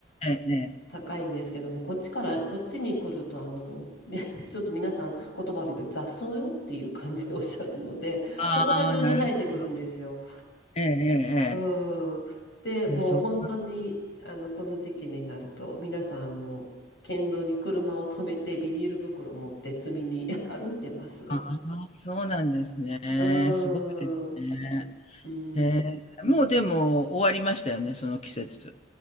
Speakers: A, on the left; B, on the left.
A: ええええ。
B: 高いんですけども、こっちから、こっちに来るとあの、み <laughs> ちょっと皆さん言葉悪いけど、雑草よっていう感じでおっしゃるので、
A: ああ、
B: そこら中に生えてくるんですよ。
A: なるほどええええ
B: うん。で、もう本当に、
A: ええ。そう、
B: あの、この時期になると、皆さん、あの、県道に車を止めて、ビニール袋を持って積みに <laughs> 歩いてます。う
A: ああ、そうなんですね。
B: ーん。
A: すごいですね。
B: うん。
A: ええ、もうでも終わりましたよね、その季節。